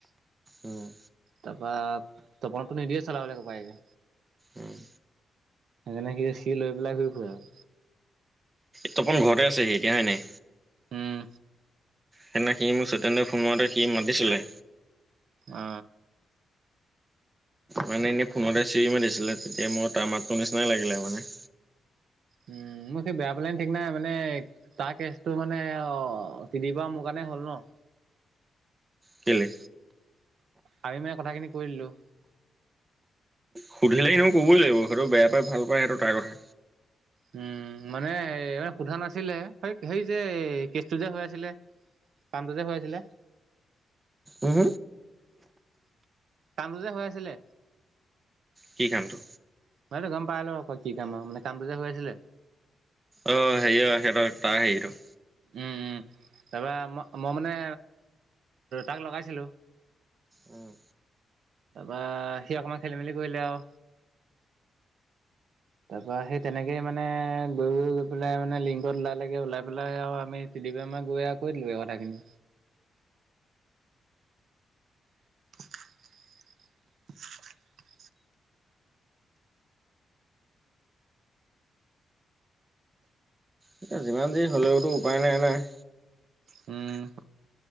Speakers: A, on the right; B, on the right.
A: উম
B: তাপা তপনকটো নিদিয়ে চলাবলে ককায়েকে
A: উম।
B: সেনেকে চি লৈ পেলাই ঘূৰি ফুৰে আ ওঁ
A: তপন ঘৰতে আছেহি এতিয়া এনেই
B: উম
A: সেইদিনা সি মোক সতেন্দ্ৰ ফোন মাৰোঁতে সি মাতিছিলে
B: অ
A: মানে এনেই ফোনতে চিৰি মাতিছিলে তেতিয়া মোৰ ত মাতটো নিচিননা লাগিলে মানে
B: উম, মোক সি বেয়া পালে ঠিক নাই মানে তাৰ কেচটো মানে অ তি দিব মোৰ কাৰণে হ'ল ন
A: কেলে
B: আমি মানে কথাখিনি কৰিদিলো
A: সুধিলে সিনিও ক'বই লাগিব সেইটো বেয়া পাই ভাল পায় সেইটো তাৰ কথা
B: উম মানে সোধা নাছিলে স হেৰি যে কেচটো যে হৈ আছিলে <unintelligible> বজা হৈ আছিলে
A: উম
B: কামটো যে হৈ আছিলে।
A: কি কামটো?
B: বাই গম পাই ল আকৌ কি কাম আৰু মানে কাম টো যে হৈ আছিলে।
A: অ হেৰিয়া সিহঁতৰ তাক হেৰিত
B: উম-উম তাৰপৰা মই মই মানে তাক লগাইছিলো।
A: উম,
B: তাপা সি অকণমান খেলি মেলি কৰিলে আওঁ তাৰ সেই তেনেকেই মানে গৈ গৈ গৈ পেলাই মানে লিংগত ওলাই লাগে ওলাই পেলাই আৰু আমি <unintelligible> <inaudible> <inaudible>
A: এতিয়া যিমান দেৰি হ'লেওতো উপায় নাই-নাই।
B: উম